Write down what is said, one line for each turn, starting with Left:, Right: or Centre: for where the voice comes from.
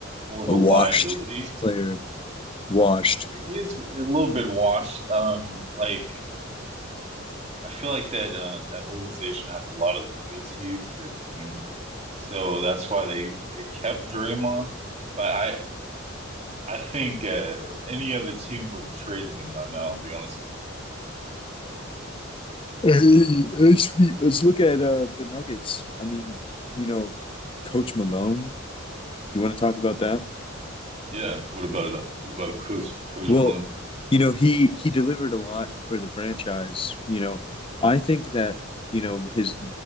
Right: more of
Left: a
Right: a
Left: washed
Right: liability.
Left: player, washed
Right: He is a little bit washed. Um, like, I feel like that uh, that organization has a lot of loyalty to their team, so that's why they they kept Draymond. But I I think uh, any other team would have traded him by now. I'll be honest with
Left: Hey, hey, sweet. let's look at uh, the Nuggets. I mean, you know, Coach Malone. Do you want to talk about that?
Right: you. Yeah. What about uh, what about Coach Coach
Left: Well,
Right: Malone?
Left: you know, he he delivered a lot for the franchise. You know, I think that, you know, his